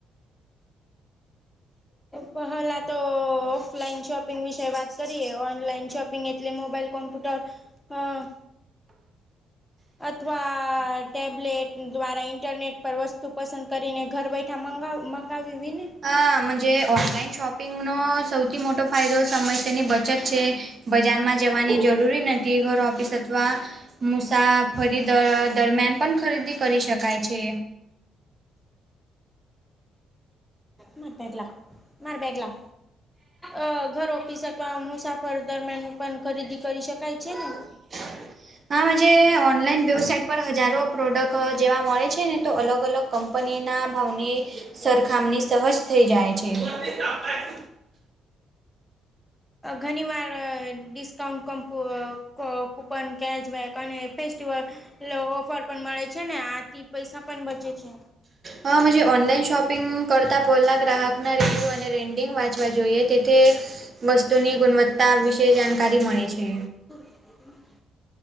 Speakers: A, in the centre; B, on the right.
A: પહલા તો ઓફલાઈન શોપ શોપિંગ વિશે વાત કરીએ ઓનલાઈન શોપિંગ એટલે મોબાઈલ કોમ્પ્યુટર અ અથવા ટેબલેટ દ્વારા ઇન્ટરનેટ પર વસ્તુ પસંદ કરીને ઘર બે ઠા મંગાવ મંગાવીવીને
B: હા મજે ઓનલાઈન શોપિંગનો સૌથી મોટો ફાયદો સમયસરની બચત છે. બજારમાં જવાની જરૂરી ને <unintelligible> ઘર ઓફિસ અથવા મુસાફરી દ દરમિયાન પણ ખરીદી કરી શકાય છે.
A: માર બેગ લા માર બેગલા અ ઘર ઓફિસ અથવા મુસાફર દરમિયાન પણ ખરીદી કરી શકાય છે ને.
B: <inaudible> હા મજે ઓનલાઈન વેબસાઇટ પર હજારો પ્રોડક્ટ જેવા મળે છે ને તો અલગ અલગ કંપનીના ભાવની સરખામણી સહજ થઈ જાય છે <inaudible>
A: ઘનીવાર ડિસ્કાઉન્ટ, કમ્પ અ ક કૂપન <unintelligible> ને ફેસ્ટિવલ લો ઓફર પણ મળે છે ને આથી પૈસા પણ બચે છે.
B: હા અમે જે ઓનલાઈન શોપિંગ કરતાં પેલા ગ્રાહકના રીવ્યૂ અને રેન્ડિંગ વાંચવા જોઈએ તેથી એ વસ્તુની ગુણવત્તા વિશે જાણકારી મળે છે.
A: શું એ રેટિંગ